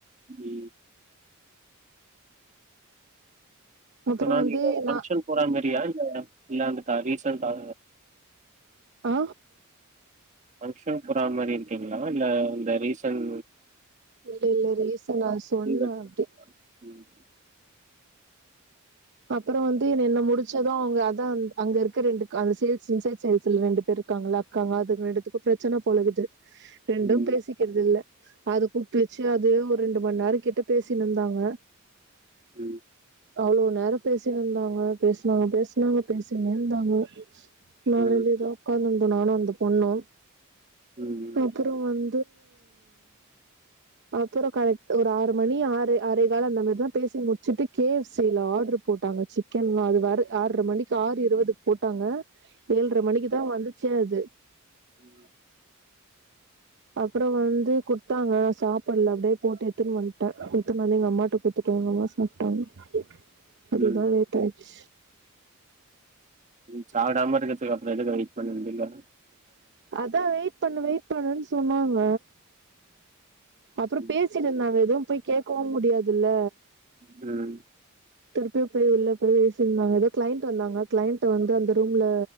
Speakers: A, on the right; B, on the right.
A: பி
B: அப்றோ
A: ஆனா
B: வந்து
A: நீங்க பங்க்ஷன்
B: நா
A: போறா மாியா இல்ல இல்ல அந்துக்கா ரீசென்டா
B: ஆ
A: பங்க்ஷன் போறா மாரி இருக்கீங்ளா இல்ல இந்த ரீசன்
B: இல்ல இல்ல ரீசன் நா சொன்னே
A: எடுத்து
B: அப்டி
A: ம்.
B: அப்புற வந்து என்ன என்ன முடிச்சதோ அவங்க அதான் அங்க இருக்க ரெண்டு அந்த சேல்ஸ் இன்சைட் சேல்ஸ்ல ரெண்டு பேர் இருக்காங்கள காங்க அதுங்க ரெண்டத்துக்கு பிரச்சன போலகுது ரெண்டும்
A: ம்.
B: பேசிக்கிறது இல்ல அத கூப்டு வெச்சி அது ஒரு ரெண்டு மண் நேரம் கிட்ட பேசின்னுந்தாங்க
A: ம்
B: அவ்ளோ நேரம் பேசின்னுந்தாங்க பேசுனாங்க பேசுனாங்க பேசிக்கின்னே இருந்தாங்கோ நா
A: ம்.
B: வெளியதா உக்காந்துருந்தே நானு அந்த பொண்ணு
A: ம்.
B: அப்பற வந் அப்பற கரெக்ட் ஒரு ஆறு மணி ஆறு ஆறே கால் அந்த மாரிதா பேசி முடிச்சுட்டு கே எஃப் சில ஆர்டரு போட்டாங்க சிக்கன் அது வரு ஆற மணிக்கு ஆறு இருவது போட்டாங்க ஏழுர மணிக்குதா வந்துச்சே அது
A: ம்
B: அப்புற வந்து கொட்த்தாங்க சாப்பட்ல அப்டே போட்டு எத்துன் வன்ட்டே கொத்துன்னனு வந்து எங்க அம்மாட்ட எத்துட்டாங்கமா சாப்டாங்க அதுதா
A: ம்.
B: லேட் ஆயிச்சு
A: ம் சாபுடாம இருக்கது அப்றொதுக்கு வெயிட் பண்றீங்க
B: அதா வெயிட் பண்ணு வெயிட் பண்ணு சொன்னாங்க அப்பற
A: ம்.
B: பேசி ச்சேரி நாங்க எதுவும் போய் கேட்கவு முடியாதுல்ல
A: ம்
B: திருப்பி போய் உள்ள போய் பேசிருந்தாங்க எதோ கிளைன்ட் வந்தாங்க கிளைன்ட் வந்து அந்த ரூம்ல